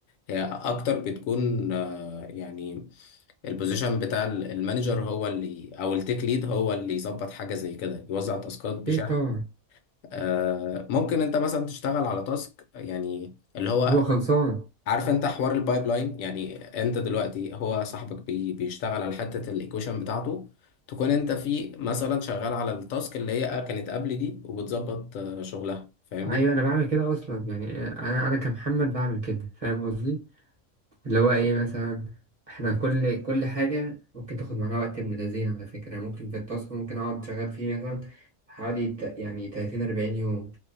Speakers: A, on the left; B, on the right.
A: هي اكتر بتكون آه، يعني البوزيشن بتاع ال- المانجر هو اللي او التيك ليد هو اللي يظبط حاجة زي كده يوزع تاسكات بشكل
B: ايه طبعا
A: آه، ممكن انت مثلا تشتغل على تاسك يعني اللي هو
B: هو خلصان
A: عارف انت حوار البايب لاين يعني انت دلوقتي هو صاحبك بي بيشتغل على حته الايكويشن بتاعته تكون انت في مثلا شغال على التاسك اللي هي كانت قبل دي وبتظبط آه، شغلها فاهمني
B: ايوه انا بعمل كده اصلا يعني آه، انا انا كمحمد بعمل كده فاهم قصدي اللي هو ايه مثلا احنا كل كل حاجه ممكن تاخد معانا وقت ابن لذين على فكره يعني ممكن في التاسك ممكن اقعد شغال فيه مثلا حوالي ت- يعني 30 40 يوم